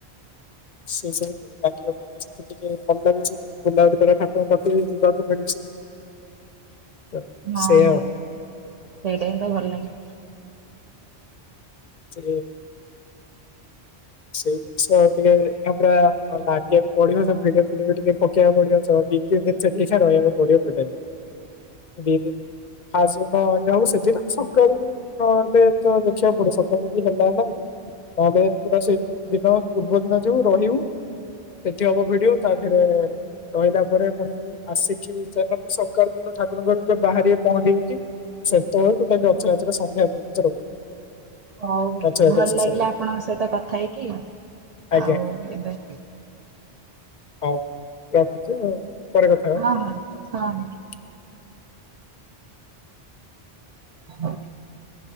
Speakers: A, on the left; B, on the right.
A: <unintelligible> ବୁଲାବୁଲି କରିବା ଠାକୁରଙ୍କ ପାଖକୁବି ଯିବାକୁ ମିଳୁଛି। ତ
B: ହଁ
A: ସେଇଆ
B: ହଁ
A: ଆଉ
B: ସେଇଟା ହିଁତ ଭଲ ଲାଗେ।
A: <unintelligible> ସେଇ ଜିନିଷ ଟିକେ ଏନା ପ୍ରାୟ ଲାଗେ ପଡ଼ିବ ସେମିତି ଭିଡିଓ ଫିଡିଓ ଟିକେ ପକେଇବାକୁ ପଡ଼ିବ ଯଦି ତିନି ଦିନ୍ ସେଠି ଏକା ରହିବାକୁ ପଡ଼ିବ ଟୋଟାଲି ଦି ଦିନ୍ ଫାଷ୍ଟ ଯୋଉଦିନ ଇଏହବ ସେଦିନ ସକାଳୁ ନହେଲେତ ଦେଖିବାକୁ ପଡ଼ିବ ସକାଳୁ ଯଦି ହେଲା ହେଲାବି ନହେଲେ ପୁରା ସେଇଦିନ ପୂର୍ବ ଦିନ ଯିବୁ ରହିବୁ ସେଠି ହବ ଭିଡିଓ ତାଦେହେରେ ରହିଲା ପରେ ପୁଣି ଆସିକି ସେଦିନ ପୁଣି ସକାଳୁ ଯୋଉଦିନ ଠାକୁରଙ୍କର ବାହାରିବେ ପହଣ୍ଡି ହେଇକି ସେତେବେଳକୁ ଟୋଟଲି ରଥଯାତ୍ରା ସନ୍ଧ୍ୟା ପର୍ଯ୍ୟନ୍ତ ରହିବୁ ଟୋଟାଲି।
B: ହଉ
A: ରଥଯାତ୍ରା
B: ଭଲ
A: ଶେଷ
B: ଲାଗିଲା
A: ପର୍ଯ୍ୟନ୍ତ
B: ଆପଣଙ୍କ ସହିତ କଥା ହେଇକି
A: ଆଜ୍ଞା
B: ଆଉ ଏବେ
A: ହଉ କରୁଚି ଆଉ। ପରେ କଥା
B: ହଁ ହଁ ହଁ।
A: ହବା।
B: <inaudible>